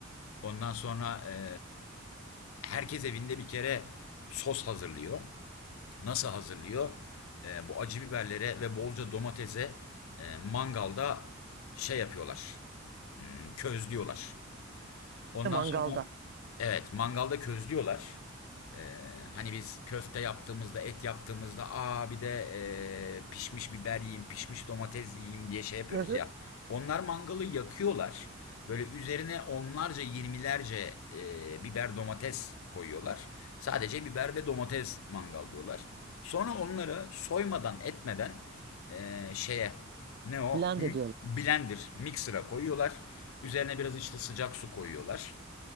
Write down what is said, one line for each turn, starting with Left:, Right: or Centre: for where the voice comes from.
Left: Ondan sonra e, Herkes evinde bir kere sos hazırlıyor. Nasıl hazırlıyor? Ee, bu acı biberlere ve bolca domatese e, mangalda şey yapıyorlar. hmm, Közlüyorlar. Ondan
Right: de mangalda
Left: sonra evet mangalda közlüyorlar. Ee, hani biz köfte yaptığımızda, et yaptığımızda aa bir de e, pişmiş biber yiyeyim, pişmiş domates yiyeyim diye şey yapıyoruz
Right: <laughs>
Left: ya. Onlar mangalı yakıyorlar. Böyle üzerine onlarca, yirmilerce e, biber domates koyuyorlar. Sadece biber ve domates mangallıyorlar. Sonra onları soymadan, etmeden e, şeye ne o?
Right: blend ediyorlar.
Left: Blender, mixer'a koyuyorlar. Üzerine biraz işte sıcak su koyuyorlar